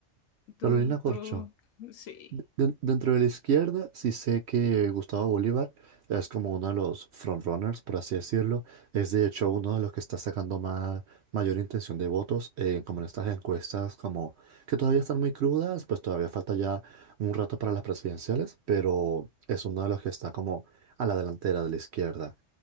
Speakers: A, on the left; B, on the right.
A: Tú,
B: Carolina Corcho,
A: tú, sí,
B: Den- Dentro de la izquierda, sí sé que Gustavo Bolívar es como uno de los frontrunners, por así decirlo. Es de hecho uno de los que está sacando más, mayor intención de votos, eh, como en estas encuestas, como que todavía están muy crudas, pues todavía falta ya un rato para las presidenciales, pero es uno de los que está como a la delantera de la izquierda.